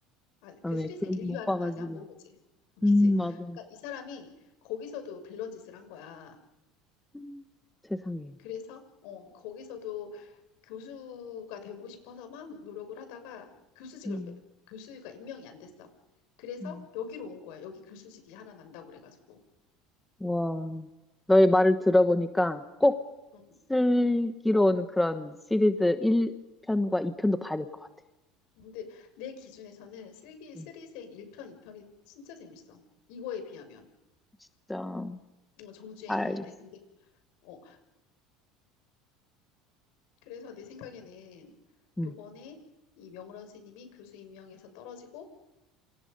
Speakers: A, on the left (about 70°); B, in the centre.
A: 아,
B: 아,
A: 그
B: 네,
A: 스리생
B: 그런
A: 1유알은
B: 못 봐가지고.
A: 아직 안 본 거지. 어, 그지?
B: 음, 맞아.
A: 그러니까 이 사람이 거기서도 빌런 짓을 한 거야.
B: 음. 세상에.
A: 그래서 어, 거기서도 교수가 되고 싶어서 막 노력을 하다가 교수직을
B: 음.
A: 빼, 교수가 임명이 안 됐어. 그래서
B: 음.
A: 여기로 온 거야. 여기 교수직이 하나 난다고 그래가지고.
B: 와, 너의 말을 들어보니까 꼭
A: 어,
B: 슬기로운 그런 시리즈 1편과 2편도 봐야 될 것 같아.
A: 근데 내 기준에서는 슬기 슬리생
B: 음.
A: 1편, 2편이 진짜 재밌어. 이거에 비하면.
B: 진짜.
A: 어, 정주행
B: 알겠어.
A: 해야 돼. 근데 어, 그래서 내 생각에는
B: 음.
A: 요번에 이 명런 스님이 교수 임명에서 떨어지고